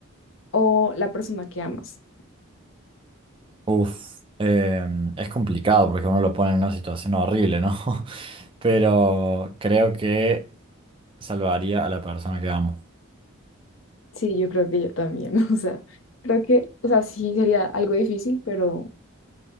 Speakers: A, on the left; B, on the right.
A: o la persona que amas?
B: Uf, em, es complicado porque uno lo pone en una situación horrible, ¿no? <laughs> Pero creo que salvaría a la persona que amo.
A: Sí, yo creo que yo también, <laughs> o sea, creo que, o sea, sí sería algo difícil, pero,